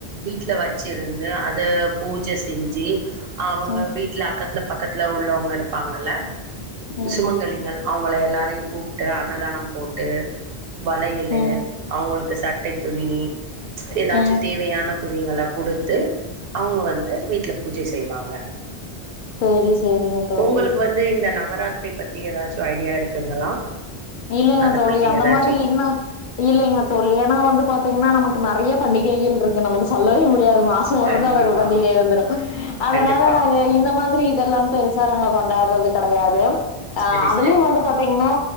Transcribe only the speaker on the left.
ம்
ம்
ம்
ம்
சேரி சேரிங்க தோழி
இல்லைங்க
தோழி
அந்த
மாரி இன இல்லைங்க தோழி ஏன்னா வந்து பாத்தீங்கன்னா நமக்கு நறைய பண்டிகைகள் இருக்கு நமக்கு சொல்லவே முடியாது மாசம் ஒர்னா
ஒரு பண்டிகை இருந்துரும் அதனால
நாங்க இந்த மாதிரி இதெல்லாம் பெருசு கொண்டாடுறது கெடையாது ஆஹ்
அதுலயும்
வந்து பாத்தீங்கன்னா